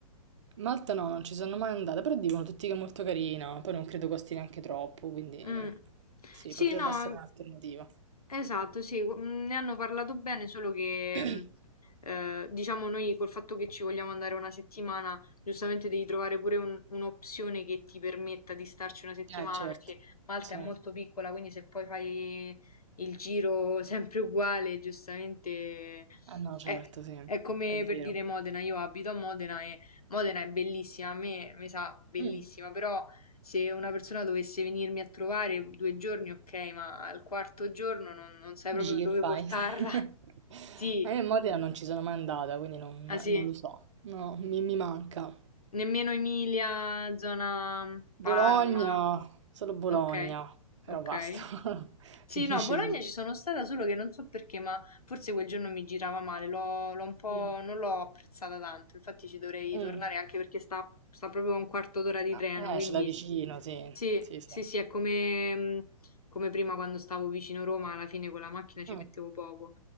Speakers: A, on the right; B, on the left.
A: Malta no, non ci sono mai andata, però dicono tutti che è molto carina, poi non credo costi neanche troppo, quindi
B: Mm.
A: sì,
B: Sì,
A: potrebbe
B: no,
A: essere un'alternativa.
B: esatto, sì, mm, ne hanno parlato bene, solo che
A: <clears throat>
B: mm, eh, diciamo noi col fatto che ci vogliamo andare una settimana, giustamente devi trovare pure un- un'opzione che ti permetta di starci una settimana,
A: Eh, certo,
B: perché Malta
A: sì.
B: è molto piccola, quindi se poi fai il giro sempre uguale, giustamente
A: Ah no, certo,
B: è,
A: sì,
B: è come
A: è vero.
B: per dire Modena, io abito a Modena e Modena è bellissima, a me mi sa bellissima,
A: Mm.
B: però... Se una persona dovesse venirmi a trovare 2 giorni, okay, ma al quarto giorno non non sai
A: Dici
B: proprio
A: che
B: dove
A: fai?
B: portarla.
A: <laughs>
B: <laughs> Sì,
A: Ma Io in Modena non ci sono mai andata, quindi non,
B: ah sì,
A: non lo so. No, mi, mi manca.
B: nemmeno Emilia, zona mm,
A: Bologna,
B: Parma.
A: solo Bologna,
B: Okay,
A: però
B: okay.
A: basta, <laughs>
B: Sì,
A: finisce
B: no, a Bologna
A: lì.
B: ci sono stata, solo che non so perché, ma forse quel giorno mi girava male, l'ho l'ho un po'
A: Mm,
B: non l'ho apprezzata tanto, infatti ci dovrei
A: mm.
B: tornare anche perché sta sta proprio a un quarto d'ora di
A: Ah,
B: treno,
A: Eh,
B: quindi
A: ce l'hai vicino, sì,
B: Sì,
A: sì, sì.
B: sì, sì, è come, mh, come prima quando stavo vicino Roma, alla fine con la macchina ci
A: Mm,
B: mettevo poco.